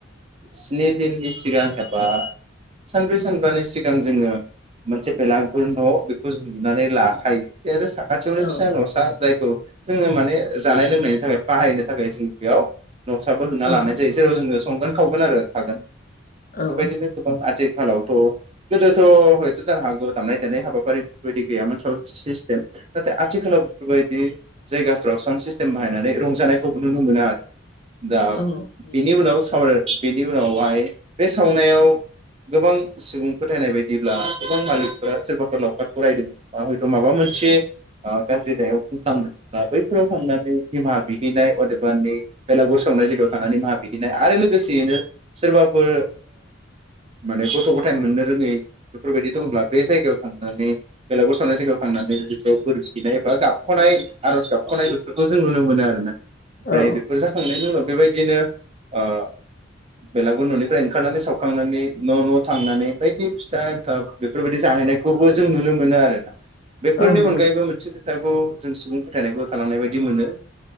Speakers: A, on the right; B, on the left.
A: स्नि दिननि सिगां एबा सानब्रै सानबानि सिगां जोङो मोनसे बेलगुर न' बेखौ जों लुनानै लाखायो बे आरो सा खाथियावनो
B: औ
A: फिसा न'सा जायखौ जोङो माने जानाय लोंनायनि थाखाय बाहायनो थाखाय जों बेयाव न'साबो लुना
B: औ
A: लानाय जेराव जोंङो संगोन खावगोन आरो थागोन।
B: औ
A: बेबायदिनो गोबां आजि खालावथ' गोदोथ' हयथ' जानो हागौ दामनाय देनाय हाबाफारि बायदि गैयामोन साउन सिस्टेम नाथाय आथिखालाव बेफोरबायदि जायगाफ्राव साउन्ड सिस्टेम बाहायनानै रंजानायखौ नुनो मोना आरो। दा
B: औ नुयो
A: बेनि उनाव सावराय बेनि उन नावहाय बे सावनायाव गोबां सुबुं फोथायनाय बायदिब्ला गोबां मालिकफोरा सोरबाफोर लावखार फरायदों बा हयथ' माबा मोनसे गा बैयाव बुंफ्लांदोंब्ला बैफोराव थांनानै निमा बिहैनाय अदेबानि बेलागुर सावनाय जायगायाव थांनानै निमा बिहैनाय आरो लोगोसेयैनो सोरबाफोर माने गथ' गथाय मोननो रोङै बेफोरबायदि दंब्ला बे जायगायाव थांनानै बेलागुर सावनाय जायगायाव थांनानै बेफोराव बोर बिहैनाय गाबख'नाय आरज गाबख'नाय बेफोरखौ जों नुनो मोनो आरो ना। ओमफ्राय
B: औ
A: बेफोर जाखांनायनि उनाव बेबायदि बिदिनो बेलागुर न'निफ्राय ओंखारनानै सावखांनानै न न थांनानै बायदि फिथा एन्थाब बेफोरबायदि जाहैनायखौबो जों नुनो मोनो आरोना। बेफोरनि
B: औ नुयो
A: अनगायैबो मोनसे जों सुबुं फोथायनायखौ होखांनाय बायदि मोनो